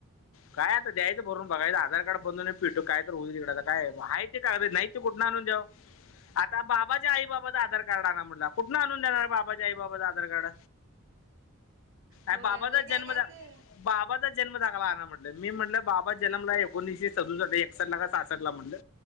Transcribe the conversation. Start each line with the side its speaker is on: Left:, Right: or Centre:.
Left: काय आता द्यायचं भरून बघायचं आधार कार्ड बनून भेटू काय तर होईल तिकडे आ काय आहेय ते का नाही. तू कुठं आणून द्यावं. आता बाबाच्या आई बाबा आधार कार्ड आणा म्हटला कुठून आणून देणार बाबाच्या आई बाबाचं आधार कार्ड
Right: होय
Left: अ बाबाचा
Right: लय काय
Left: जन्म
Right: काय ते
Left: बाबाचा जन्म दाखला आण म्हट. मी म्हटलं बाबा जनमला आहे एकोणीसशे सद एकस ला सास ला म्हटलं